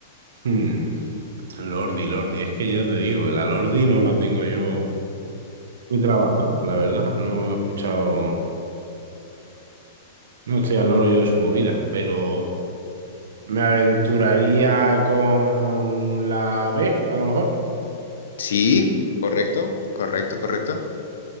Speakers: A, on the right (about 80°); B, on the left (about 85°).
A: Hmm, Lordi, Lordi, es que ya te digo que la Lordi no la tengo yo muy trabajada, la verdad. No he escuchado, no estoy al loro yo de su movida, pero Me aventuraría con la B, a lo mejor.
B: Sí, correcto, correcto, correcto.